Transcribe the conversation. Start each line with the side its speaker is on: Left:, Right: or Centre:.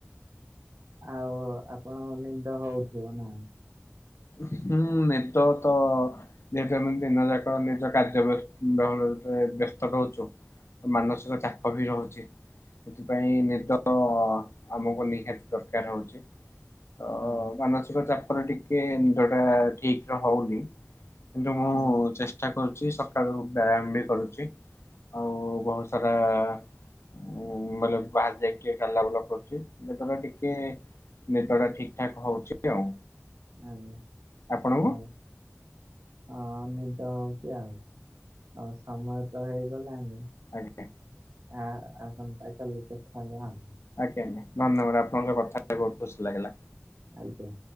Right: ଆଉ ଆପଣଙ୍କ ନିଦ ହଉଥିବ ନା?
Left: ହୁଁ, ନିଦ ତ ଯେହେତୁ ଆମେ ଦିନ ଯାକ ନିଜ କାର୍ଯ୍ୟବ୍ୟ ବେହଳ ଭିତ ଏ ବ୍ୟସ୍ତ ରହୁଛୁ। ତ ମାନସିକ ଚାପ ବି ରହୁଚି। ଏଥିପାଇଁ ନିଦ ଆମକୁ ନିହାତି ଦରକାର ହଉଛି। ତ
Right: ହଁ
Left: ମାନସିକ ଚାପରେ ଟିକେ ନିଦଟା ଠିକ ରେ ହଉନି। କିନ୍ତୁ ମୁଁ
Right: ହଁ
Left: ଚେଷ୍ଟା କରୁଛି ସକାଳୁ ବ୍ୟାୟାମ ବି କରୁଚି। ଆଉ ବହୁତ ସାରା ଉ, ବୋଲେ ବାହାରେ ଯାଇକି ଏ ଚାଲା ବୁଲା କରୁଛି। ଯେ ତେବେ ଟିକେ ନିଦଟା ଠିକ ଠାକ ହଉଛି ଆଉ।
Right: ଆଜ୍ଞା
Left: ଆପଣଙ୍କୁ?
Right: ହଉ। ହଁ ନିଦ ଆଉଚି ଆଉ ଆଉ ସମୟ ତ ହେଇଗଲାଣି
Left: ଆଜ୍ଞା
Right: ଆ ଆସନ୍ତାକାଲି କଥା ହବା।
Left: ଆଜ୍ଞା ଆଜ୍ଞା ଧନ୍ୟବାଦ ଆପଣଙ୍କ ସହ କଥା ହେଇ ବୋହୁତ ଖୁସି ଲାଗି
Right: ଆଜ୍ଞା।